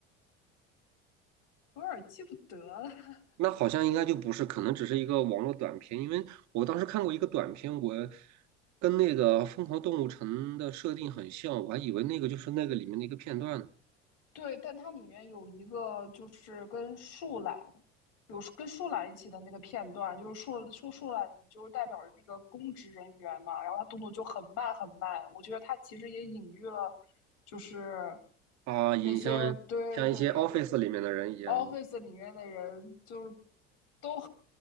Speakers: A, on the left; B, on the right.
A: 有点记不得了。
B: 那好像应该就不是，可能只是一个网络短片，因为我当时看过一个短片，我跟那个《疯狂动物城》的设定很像，我还以为那个就是那个里面的一个片段呢。
A: 对，但它里面有一个就是跟树懒，有跟树懒一起的那个片段，就是树树树懒就是代表着那个公职人员嘛，然后他动作就很慢很慢，我觉得他其实也隐喻了，就是
B: 啊，影像
A: 那些对对
B: 像一些 office 里面的人一样，
A: office 里面的人就是都